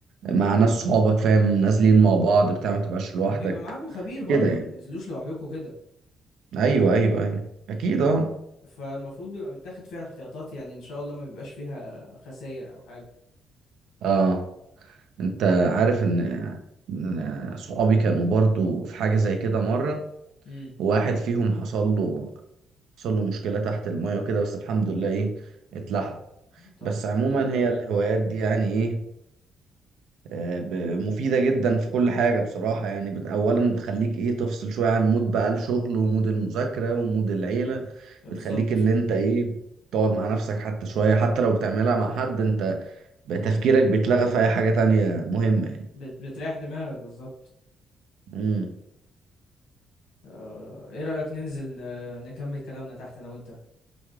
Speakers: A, on the right; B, on the left.
A: مع ناس صحابك فاهم نازلين مع بعض بتاع ما تبقاش لوحدك
B: وبيبقى معاكم خبير برضه
A: كده يعني
B: ما بتنزلوش لوحدكم كده،
A: ايوه ايوه ايوه اكيد اه
B: فالمفروض بيبقى متاخد فيها الاحتياطات يعني إن شاء الله ما بيبقاش فيها خساير أو حاجة،
A: اه انت عارف ان إن صحابي كانوا برضو في حاجة زي كده مرة
B: إمم،
A: وواحد فيهم حصل له حصل له مشكلة تحت المية وكده بس الحمد لله ايه اتلحق
B: طب
A: بس
B: الحمد
A: عموما
B: لله،
A: هي الهوايات دي يعني ايه آه، ب- مفيدة جدا في كل حاجة بصراحة يعني بت... أولا بتخليك إيه تفصل شوية عن مود بقى الشغل ومود المذاكرة ومود العيلة
B: ده
A: بتخليك
B: بالضبط،
A: اللي أنت إيه تقعد مع نفسك حتى شوية حتى لو بتعملها مع حد أنت بقى تفكيرك بيتلغى في أي حاجة تانية مهمة يعني
B: بت بتريّح دماغك بالضبط،
A: امم
B: آه، إيه رأيك ننزل ن نكمل كلامنا تحت أنا وأنت؟